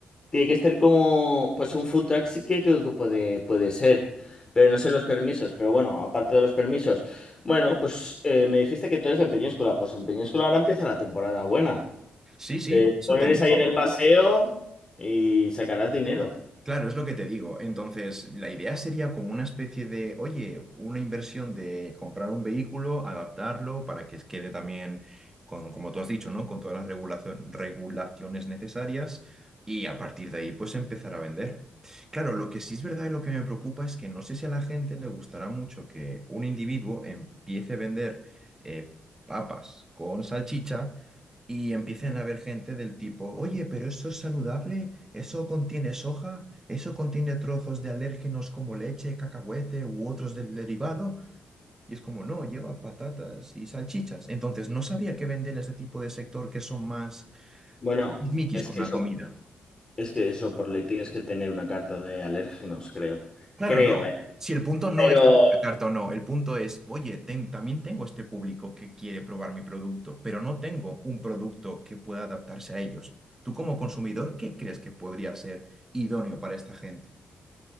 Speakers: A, on the left; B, on the right.
A: Tiene que estar como, pues un food truck sí que creo que puede, puede ser, pero no sé los permisos. Pero bueno, aparte de los permisos, bueno, pues eh, me dijiste que tú eres de Peñíscola, pues en Peñíscola ahora empieza la temporada buena.
B: Sí, sí,
A: Te
B: por eso
A: pones
B: te digo.
A: ahí en el paseo y sacarás dinero.
B: Claro, es lo que te digo. Entonces, la idea sería como una especie de, oye, una inversión de comprar un vehículo, adaptarlo para que quede también, con, como tú has dicho, ¿no? Con todas las regulazo- regulaciones necesarias y a partir de ahí, pues empezar a vender. Claro, lo que sí es verdad y lo que me preocupa es que no sé si a la gente le gustará mucho que un individuo empiece a vender eh, papas con salchicha y empiecen a ver gente del tipo, oye, pero eso es saludable, eso contiene soja, eso contiene trozos de alérgenos como leche, cacahuete u otros del derivado, y es como, no, lleva patatas y salchichas. Entonces, no sabía qué vender a ese tipo de sector que son más
A: Bueno,
B: miquis
A: es
B: con
A: que
B: la
A: eso
B: comida.
A: Es que eso, por ley tienes que tener una carta de alérgenos, creo.
B: Claro,
A: Creo,
B: no.
A: ¿eh?
B: Si el punto no
A: Pero
B: es tener la carta o no, el punto es, oye, ten- también tengo este público que quiere probar mi producto, pero no tengo un producto que pueda adaptarse a ellos. Tú como consumidor, ¿qué crees que podría ser idóneo para esta gente?